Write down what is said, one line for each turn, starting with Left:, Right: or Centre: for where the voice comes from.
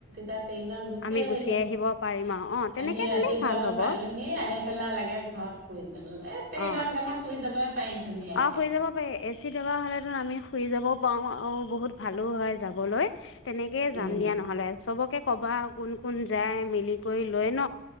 Right: তাত। ট্ৰেইনত গুচি
Left: আমি
Right: আহিলো
Left: আহিব পাৰিম আৰু অ তেনেকে
Right: আহি ৰাতিপুৱা
Left: গ'লেই ভাল
Right: অলপ
Left: হ'ব
Right: পালোহি আহি। পেলা লাগে ঘৰতুেল। এ ট্ৰেইনৰ
Left: অ
Right: গালে শুই যাব পাৰি ধুনীয়াকে।
Left: অ শুই যাব পাৰি এ চি থকা হ'লেতো আমি শুই যাব। পাওঁ আৰু বহুত ভালো হয় যাবলৈ। হয় <unintelligible> তেনেকে
Right: উম
Left: যাম দিয়া নহলে চবক। তাকে ক'বা আৰু কোন কোন যায় মিলি কৰি লয় ন।